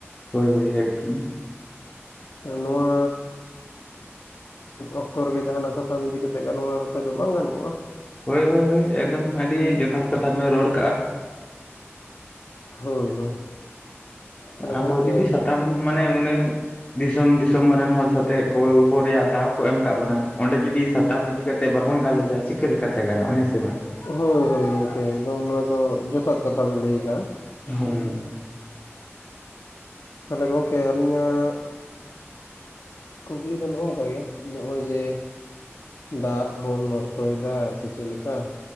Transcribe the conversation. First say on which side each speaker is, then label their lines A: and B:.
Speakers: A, on the left; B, on the left.
A: ᱦᱳᱭ ᱦᱳᱭ ᱮᱠᱫᱚᱢ᱾
B: ᱱᱚᱣᱟᱻ ᱚᱠᱛᱚ ᱨᱮᱜᱮ ᱡᱟᱦᱟᱱᱟᱜ ᱥᱟᱛᱟᱢ ᱤᱫᱤ ᱠᱟᱛᱮ ᱜᱟᱞᱢᱟᱨᱟᱣ ᱞᱮᱠᱦᱟᱡ ᱫᱚ ᱵᱟᱝ ᱜᱟᱱ ᱠᱚᱜᱼᱟ?
A: ᱦᱳᱭ ᱦᱳᱭ ᱦᱳᱭ ᱮᱠᱫᱚᱢ ᱟᱹᱰᱤ ᱡᱚᱛᱷᱟᱛ ᱠᱟᱛᱷᱟ ᱵᱮᱱ ᱨᱚᱲ ᱠᱟᱜᱼᱟ᱾
B: ᱦᱳᱭ ᱦᱳᱭ᱾ ᱛᱟᱦᱚᱞᱮ
A: ᱟᱵᱚ
B: ᱜᱚᱝᱠᱮ
A: ᱡᱩᱫᱤ ᱥᱟᱛᱟᱢ ᱢᱟᱱᱮ ᱩᱱᱟᱹᱜ ᱫᱤᱥᱚᱢ ᱫᱤᱥᱚᱢ ᱨᱮᱱ ᱦᱚᱲ ᱥᱟᱛᱮᱜ ᱜᱚᱞᱯᱚ ᱨᱮᱭᱟᱜ ᱫᱟᱣ ᱠᱚ ᱮᱢ ᱠᱟᱜ ᱵᱚᱱᱟ, ᱚᱸᱰᱮ ᱡᱩᱫᱤ ᱥᱟᱛᱟᱢ ᱤ ᱫᱤ ᱠᱟᱛᱮ ᱵᱟᱵᱚᱱ ᱜᱟᱞᱚᱪᱟ, ᱪᱤᱠᱟᱹ ᱞᱮᱠᱟ ᱛᱮ ᱜᱟᱱᱚᱜᱼᱟ ᱦᱮᱸ ᱥᱮ ᱵᱟᱝ?
B: ᱦᱳᱭ ᱦᱳᱭ ᱜᱚᱢᱠᱮ ᱮᱠᱫᱚᱢ ᱱᱚᱣᱟ ᱫᱚ ᱡᱚᱛᱷᱟᱛ ᱠᱟᱛᱷᱟ ᱵᱮᱱ ᱞᱟᱹᱭ ᱠᱟᱜᱼᱟ᱾
A: ᱦᱳᱭ ᱦᱳᱭ᱾
B: ᱛᱟᱦᱚᱞᱮ ᱜᱚᱝᱠᱮ ᱟᱹᱞᱤᱧᱟᱜ ᱠᱩᱠᱞᱤ ᱫᱚ ᱱᱚᱜᱼᱚ ᱱᱚᱝᱠᱟ ᱜᱮ ᱱᱚᱜᱼᱚᱭ ᱡᱮ ᱫᱟᱜ ᱵᱚᱱ ᱱᱚᱥᱴᱚᱭ ᱫᱟ ᱥᱮ ᱪᱮᱫ ᱞᱮᱠᱟ᱾